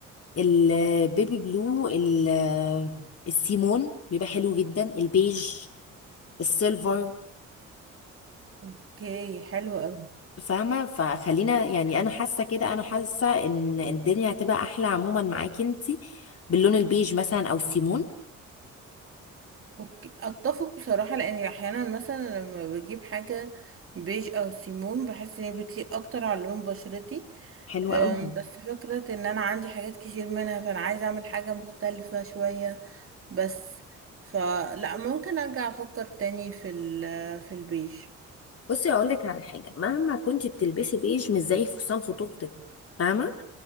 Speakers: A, on the left; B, on the right.
A: البيبي بلو ال- السيمون بيبقى حلو جدا البيج السيلفر
B: اوكي حلو قوي
A: فاهمة فخلينا يعني أنا حاسة كده أنا حاسة إن الدنيا هتبقى أحلى عموما معاكي انتي باللون البيج مثلا أو السيمون
B: اوكي اتفق بصراحه لاني احيانا مثلا لما بجيب حاجه بيج او سيمون بحس ان هي بتليق اكتر على لون بشرتي
A: حلو
B: أم،
A: أوي
B: بس فكره ان انا عندي حاجات كتير منها فانا عايزه اعمل حاجه مختلفه شويه بس فلا ممكن ارجع افكر تاني في ال في البيج
A: بصي أقول لك على حاجة مهما كنتي بتلبسي بيج مش زي فستان خطوبتك فاهمة